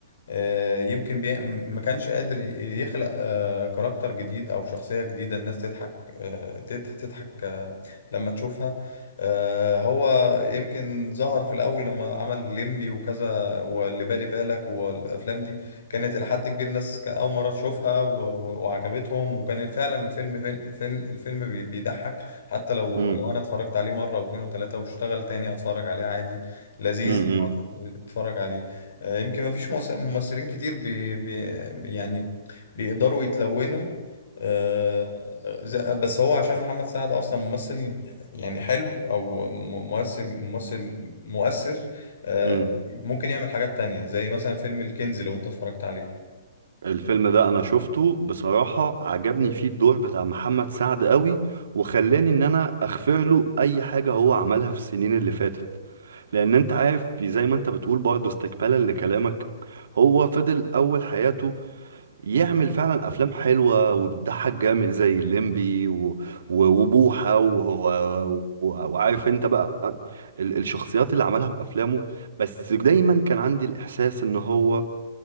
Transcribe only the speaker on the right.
امم
امم
امم
الفيلم ده انا شفته بصراحة عجبني فيه الدور بتاع محمد سعد قوي وخلاني ان انا اغفر له اي حاجة هو عملها في السنين اللي فاتت لان انت عارف زي ما انت بتقول برضه استكمالا لكلامك هو فضل اول حياته يعمل فعلا افلام حلوه وتضحك جامد زي الليمبي و... و... وبوحه و... و... و... وعارف انت بقى ال... الشخصيات اللي عملها في افلامه بس دايما كان عندي الاحساس ان هو